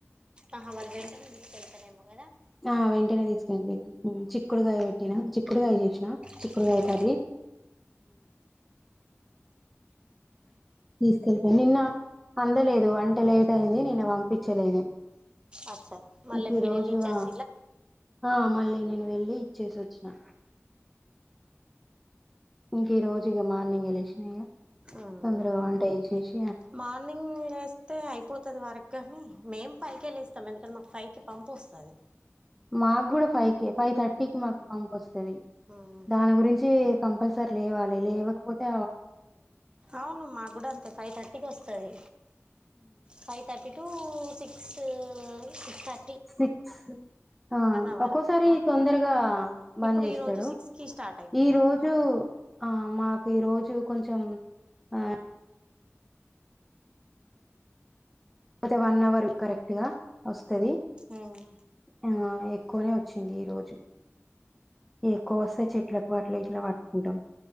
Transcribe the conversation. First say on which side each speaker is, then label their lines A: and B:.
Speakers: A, on the right; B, in the centre.
A: ఆహా వాళ్లు వెంటనే తీసుకెళ్తారేమోగదా
B: ఆ వెంటనే తీసుకెళ్ండి చిక్కుడుకాయ పెట్టినా చిక్కుడుకాయ చేసినా చిక్కుడుకాయ
A: కదా
B: కర్రీ తీసుకెళ్ళిపో నిన్న అందలేదు వంట లేట్ అయింది నిన్న పంపించలేదు
A: అచ్చ మళ్ళ
B: ఇంక ఈ
A: మీరలి
B: రోజు
A: చచ్చ
B: ఆ ఆ మళ్ళీ నేను వెళ్లి ఇచ్చేసి వచ్చినా ఇంక ఈ రోజుక మార్నింగ్ గలిసినా
A: ఉమ్
B: తొందరగా వంటి ఇచ్చేసిన
A: మార్నింగ్ వేస్తే అయిపోతుది వరకుగాని మేము పైకి వెళ్ళి ఇస్తాం ఎందుకంటే మాకు ఫైవ్ కి పంపి వస్తుంది
B: మాకు కూడా ఫైవ్ క ఫైవ్ థర్టీకి మాకు పంప వస్తుది
A: ఉమ్
B: దాని గురించి కం ల్సరి లేవాలి లేకపోతే
A: అవును మా గుడ అంతే ఫైవ్ థర్టీకి వ స్తది five thirty two six six thirty
B: six ఆ
A: అవర్
B: ఒక్కోసారి తొందరగా బంద్
A: ఇప్పుడు
B: చేస్తాడు
A: ఈ రోజు సిక్స్ కి స్టార్ట్ అయిపోయింది
B: ఈ రోజు ఆ మాకు ఈ రోజు కొంచం ఆ అతే వన్ అవర్ కరెక్ట్గా వస్తుది
A: ఉమ్
B: ఆ ఎక్కువనే వచ్చింది ఈ రోజు ఎక్కువ వస్తే చెట్లకు అట్లా ఇట్లా పట్టుకుంటాం